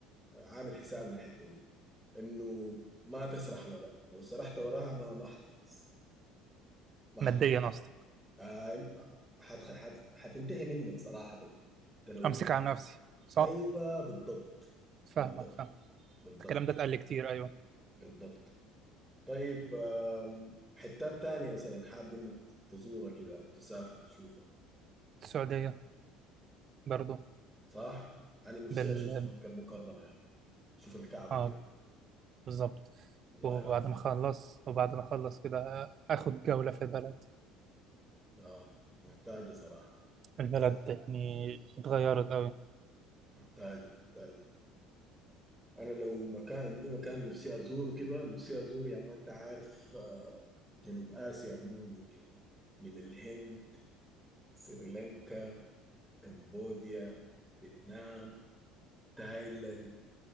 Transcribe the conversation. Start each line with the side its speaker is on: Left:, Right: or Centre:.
Centre: عامل حساب للحتة دي إنه ما تسرح وراها لو سرحت وراها ما ما حتخلص ما
Right: ماديا
Centre: حتخلص
Right: اصلا
Centre: آه، حت حت حتنتهي منك صراحة يعني أنت لو
Right: امسك
Centre: لو
Right: على نفسي صح
Centre: أيوه بالضبط
Right: فاهمك
Centre: بالضبط
Right: فاهم
Centre: بالضبط
Right: الكلام ده اتقال لي كتير ايوه
Centre: بالضبط طيب آم، حتات تانية مثلا حاب إنك تزورها كده أو تسافر تشوفها
Right: السعوديه برضو
Centre: صح؟ أنا نفسي
Right: بال
Centre: أشوف مكة المكرمة يعني. شوف الكعب
Right: اه
Centre: كده
Right: بالظبط
Centre: والله
Right: وبعد
Centre: العظيم
Right: ما اخلص وبعد ما اخلص كده اخد جوله في البلد
Centre: اه محتاجة صراحة
Right: البلد
Centre: محتاجة
Right: يعني اتغيرت قوي
Centre: محتاجة محتاجة أنا لو مكان عندي مكان نفسي أزوره كده نفسي أزور يعني ما أنت عارف آه، جنوب آسيا عموما كده من الهند سريلانكا كمبوديا فيتنام تايلاند